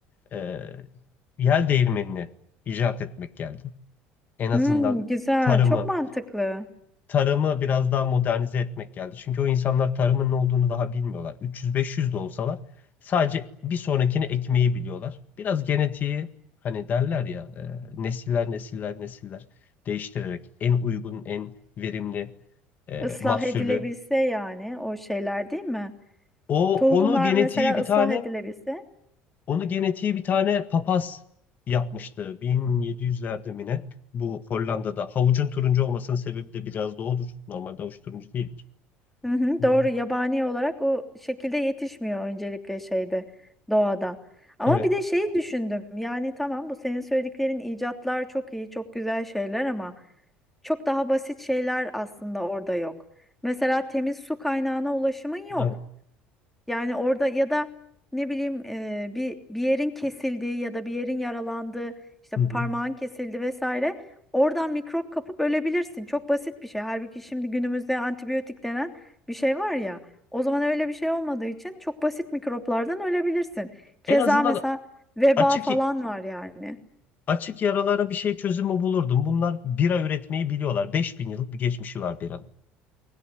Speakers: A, on the left; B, in the centre.
A: e, yel değirmenini icat etmek geldi en azından
B: Hmm, güzel,
A: tarımı
B: çok mantıklı.
A: tarımı biraz daha modernize etmek geldi. Çünkü o insanlar tarımın ne olduğunu daha bilmiyorlar. 300-500 de olsalar sadece bir sonrakini ekmeği biliyorlar. Biraz genetiği hani derler ya e, nesiller nesiller nesiller değiştirerek en uygun en verimli e,
B: Islah
A: mahsulü.
B: edilebilse yani o şeyler değil mi?
A: O
B: Tohumlar
A: onu genetiği
B: mesela
A: bir
B: ıslah
A: tane
B: edilebilse.
A: Onu genetiği bir tane papaz yapmıştı 1700'lerde mi ne? Bu Hollanda'da. Havucun turuncu olmasının sebebi de biraz da odur. Normalde havuç turuncu değildir.
B: Hı hı,
A: Hı
B: doğru
A: hı.
B: yabani olarak o şekilde yetişmiyor öncelikle şeyde doğada. Ama
A: Evet,
B: bir de şeyi düşündüm. Yani tamam bu senin söylediklerin icatlar çok iyi, çok güzel şeyler ama çok daha basit şeyler aslında orada yok. Mesela temiz su kaynağına ulaşımın yok.
A: evet.
B: Yani orada ya da ne bileyim e, bir bir yerin kesildiği ya da bir yerin yaralandığı işte
A: Hı
B: parmağın
A: hı.
B: kesildi vesaire oradan mikrop kapıp ölebilirsin. Çok basit bir şey. Halbuki şimdi günümüzde antibiyotik denen bir şey var ya. O zaman öyle bir şey olmadığı için çok basit mikroplardan ölebilirsin. Keza
A: En azından
B: mesela veba
A: açık
B: falan var yani.
A: açık yaralara bir şey çözümü bulurdum. Bunlar bira üretmeyi biliyorlar. 5000 yıllık bir geçmişi var biranın.